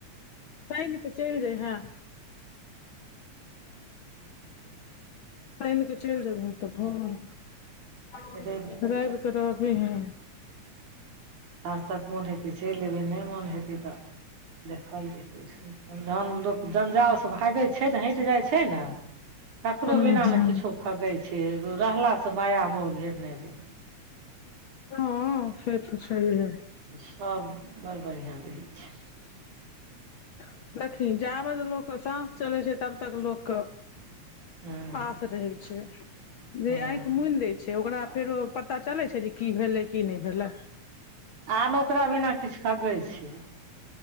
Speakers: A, on the left (about 65°); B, on the right (about 85°).
A: शनि क चलि जैयहें आन कऽ चलि जेबह तऽ
B: रवि
A: भ रविके रहबी ह
B: आाज तक मोन हेतै चलि एबै नय मोन हेतै तऽ देखल जेतै जन लोक जंजाल से भागै छै ने हटि जाइ छै ने ककरो
A: हूँ
B: बिना
A: हूँ
B: ने किछो खगै छै रहलासँ माया मोह घेरने रहै
A: हँ से तऽ छै
B: सब बड़ बढ़ियाँ रहै छै
A: <inaudible> देखी जाबज लोकके साँस चलै छै तब तक लोकके
B: हँ
A: आास रहै छै जे
B: हँ
A: आँखि मुनि दै छै ओकरा फेरो पता चलै छै जे की भेलै की नय भेलै
B: आर ओकरा बिना किछु कगै छै